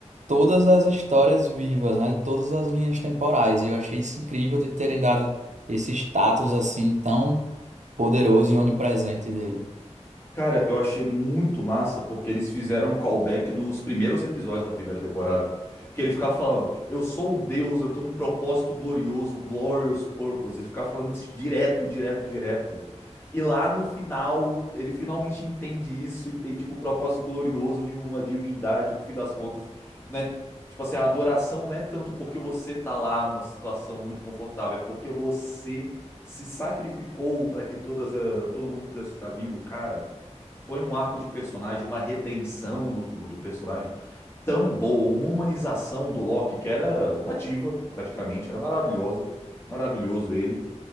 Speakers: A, on the right; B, on the left.
A: todas as histórias vivas, né? Todas as linhas temporais. E eu achei isso incrível de terem dado esse status assim tão poderoso e onipresente dele.
B: Cara, eu achei muito massa porque eles fizeram um callback dos primeiros episódios da primeira temporada. Que ele ficava falando, eu sou um deus, eu tenho um propósito glorioso, o glorious purpose. Ele ficava falando isso direto, direto, direto. E lá no final, ele finalmente entende isso, entende que o propósito glorioso de uma divindade, no fim das contas, não é, tipo assim, a adoração não é tanto porque você tá lá numa situação muito confortável, é porque você se sacrificou para que todas, a- todo mundo pudesse ficar vivo, cara foi um arco de personagem, uma redenção do, do personagem tão boa, uma humanização do Loki, que era uma diva, praticamente, era maravilhosa, maravilhoso ele.